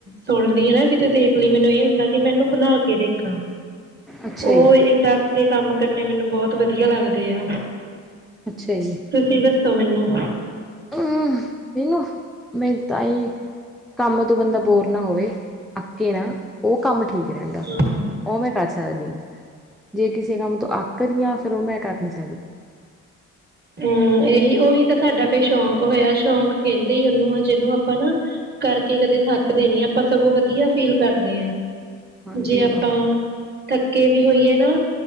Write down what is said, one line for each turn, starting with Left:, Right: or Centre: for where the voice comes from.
Right: ਸੁਣ ਲਈ ਹਨਾ ਕਿਤੇ ਦੇਖ ਲੀ ਮੈਨੂੰ ਇਹ ਹੁੰਦਾ ਕਿ ਮੈਂ ਇਹਨੂੰ ਬਣਾ ਕੇ ਦੇਖਾਂ।
Centre: ਅੱਛਾ
Right: ਉਹ
Centre: ਜੀ
Right: ਏਦਾਂ ਦੇ ਕੰਮ ਕਰਨੇ ਮੈਨੂੰ ਬਹੁਤ ਵਧੀਆ ਲੱਗਦੇ ਆ।
Centre: ਅੱਛਾ ਜੀ।
Right: ਤੁਸੀਂ ਦੱਸੋ ਮੈਨੂੰ?
Centre: ਹਮ, ਮਨੂੰ ਮੇ ਤਾਂਈ ਕੰਮ ਤੋਂ ਬੰਦਾ ਬੋਰ ਨਾ ਹੋਵੇ, ਅੱਕੇ ਨਾ ਉਹ ਕੰਮ ਠੀਕ ਰਹਿੰਦਾ,
Right: ਹਾਂ।
Centre: ਉਹ ਮੈਂ ਕਰ ਸਕਦੀ ਹਾਂ ਜੇ ਕਿਸੇ ਕੰਮ ਤੋਂ ਅੱਕ ਗਈ ਆ ਫੇਰ ਉਹ ਮੈਂ ਕਰ ਨੀ ਸਕ
Right: ਹੂੰ ਏਹੀ ਓਈ ਤਾਂ ਸਾਡਾ ਫੇਰ ਸ਼ੌਕ ਹੋਇਆ ਸ਼ੌਂਕ ਕੇਂਦੇ ਈ ਓਨੂੰ ਆ ਜਿਨੂੰ ਆਪਾਂ ਨਾ ਕਰਕੇ ਕਦੇ ਥੱਕਦੇ ਨੀ ਆਪਾਂ ਸਗੋਂ ਵਧੀਆ ਫੀਲ ਕਰਦੇ ਆਂ।
Centre: ਹਾਂਜੀ
Right: ਜੇ ਆਪਾਂ
Centre: ਉਹ
Right: ਥੱਕੇ ਵੀ ਹੋਈਏ ਨਾ